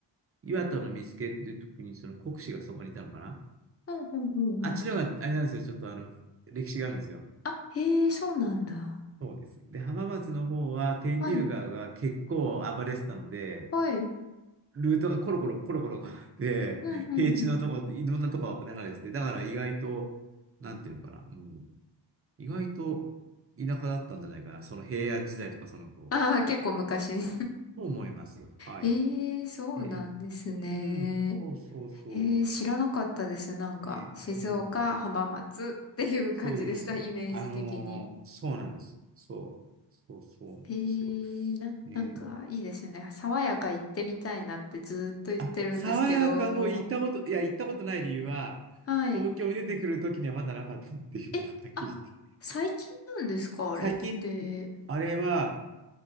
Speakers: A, on the right; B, on the left.
A: 岩田の見附っていう時に、その国司がそこにいたのかな
B: ほうほうほうほう。
A: あっちの方が、あれなんですよ。ちょっとあの、歴史があるんですよ。
B: あ、へえ、そうなんだ。
A: そうです。で、浜松の方は、天竜川が結構暴れてたので、
B: はい。はい。
A: ルートがコロコロコロコロ変わって、
B: うん、うん、
A: 平地のとこ、
B: うん。
A: いろんなとこが流れてて、だから意外と、なんていうのかな、うん、意外と田舎だったんじゃないかな。その平安時代とかその頃、
B: ああ、結構昔。<laughs>
A: と思いますよ。はい。
B: ええ、そうなんですね。
A: えーうん、そうそうそ
B: ええ、知らなかったです。なんか、
A: う。えうん、
B: 静岡、浜松っていう感じでした、
A: そうです。
B: イメージ的に。
A: あのーそうなんです。そう、そう、そうなんですよ。
B: ええ、な、
A: ね。
B: なんか、いいですよね。爽やか行ってみたいなってずっと言ってるんですけど。
A: あ、爽やかの行ったこと、いや、行ったことない理由は、
B: はい。
A: 東京に出てくるときにはまだなかったっていうのがはっきり言って。
B: え、あ、最近なんですか、あれって。
A: 最近、あれは、